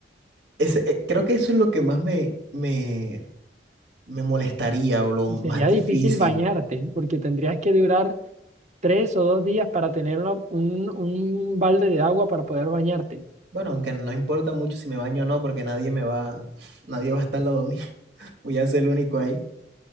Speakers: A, on the right; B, on the right.
A: Ese, eh, creo que eso es lo que más me, me, me molestaría o lo
B: Y
A: más
B: sería
A: difícil.
B: difícil bañarte porque tendrías que durar tres o dos días para tener una- un, un balde de agua para poder bañarte.
A: Bueno, aunque no importa mucho si me baño o no, porque nadie me va, <laughs> nadie va a estar al lado mío. <laughs> Voy a ser el único ahí.